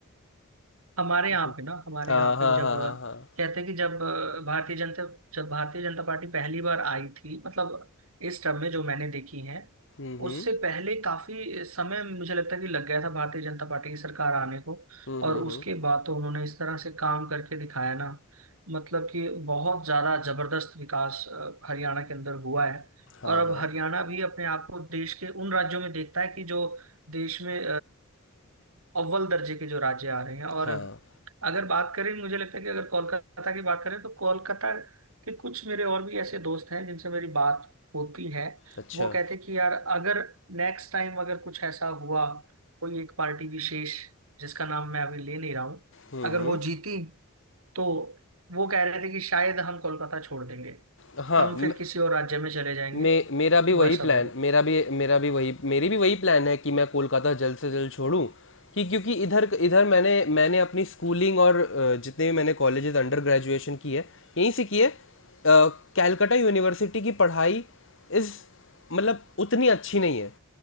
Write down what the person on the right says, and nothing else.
हमारे यहाँ
पे ना हमारे
यहाँ
पे जब
अ,
कहते हैं कि जब अ, भारतीय जनता जब भारतीय जनता पार्टी पहली बार आई थी मतलब इस टर्म में जो मैंने देखी है
उससे पहले काफी समय मुझे लगता है कि लग गया था भारतीय जनता पार्टी की सरकार आने को
और उसके
बाद तो उन्होंने इस तरह से काम करके दिखाया ना मतलब कि बहुत ज्यादा जबरदस्त विकास अ, हरियाणा के अंदर हुआ है
और अब
हरियाणा भी अपने आप को देश के उन राज्यों में देखता है कि जो देश में अव्वल दर्जे के जो राज्य आ रहे हैं और
अगर बात करें मुझे लगता है कि अगर कोलकाता की बात करें तो कोलकाता के कुछ मेरे और भी ऐसे दोस्त हैं जिनसे मेरी बात होती है
वो कहते हैं कि यार अगर नेक्स्ट टाइम अगर कुछ ऐसा हुआ कोई एक पार्टी विशेष जिसका नाम मैं अभी ले नहीं रहा हूँ
अगर
वो जीती तो वो कह रहे थे कि शायद हम कोलकाता छोड़ देंगे
हम
फिर किसी और राज्य में चले जाएंगे
वो ऐसा
बोले